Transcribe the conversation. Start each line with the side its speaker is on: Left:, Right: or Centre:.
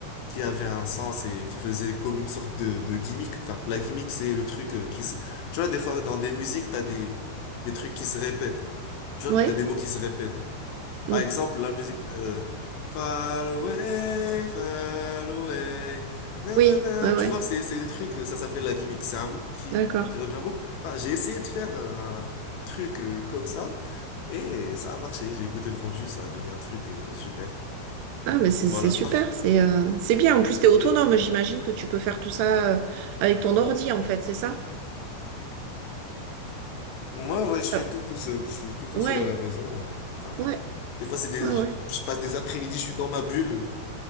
Left: qui avait un sens et qui faisait comme une sorte de, de gimmick. Enfin, la gimmick, c'est le truc euh, qui se... Tu vois, des fois, dans des musiques, t'as des, des trucs qui se répètent. Tu vois,
Right: Ouais?
Left: t'as des mots qui se répètent. Par
Right: Mm.
Left: exemple, la musique de Far away, far away, nanana.
Right: Oui, ouais, ouais.
Left: Tu vois, c'est, c'est des trucs, euh, ça s'appelle la gimmick. C'est un mot qui,
Right: D'accord.
Left: qui, qui revient en boucle. Enfin, j'ai essayé de faire un un truc euh, comme ça et ça a marché. J'ai écouté le rendu, ça a donné un truc euh, super.
Right: Ah, mais c'est
Left: Voilà.
Right: c'est super, c'est euh, c'est bien. En plus, t'es
Left: <laughs>
Right: autonome, j'imagine que tu peux faire tout ça euh, avec ton ordi, en fait, c'est ça?
Left: Moi, ouais, je
Right: Ah,
Left: fais tout tout seul. Je suis tout tout
Right: Ouais,
Left: seul à la maison. euh. Enfin,
Right: ouais,
Left: des fois, c'est des,
Right: ouais,
Left: je
Right: ouais.
Left: passe des après-midi, je suis dans ma bulle.